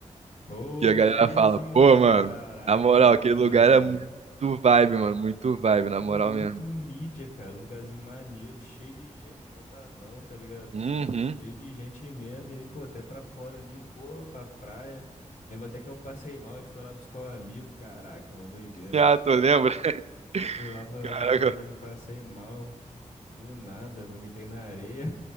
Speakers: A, on the left (about 90°); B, on the right (about 55°).
A: Pô,
B: Que a galera
A: bailezinho
B: fala, pô,
A: lá,
B: mano,
A: caraca,
B: na moral,
A: muito
B: aquele lugar
A: maneiro.
B: era muito vibe, mano, muito vibe,
A: Pô,
B: na
A: tava
B: moral
A: muito
B: mesmo.
A: mídia, cara. Um Lugarzinho maneiro, cheio de gente, lotadão, tá ligado?
B: Uhum.
A: Cheio de gente mesmo. E aí, pô, até pra fora ali, pô, pra praia. Lembro até que eu passei mal, a gente foi lá buscar um amigo. Caraca, uma doideira.
B: Ah, tu lembra? <laughs>
A: Fui lá, fui lá
B: Caraca.
A: buscar um amigo, eu passei mal. Do nada, vomitei na areia.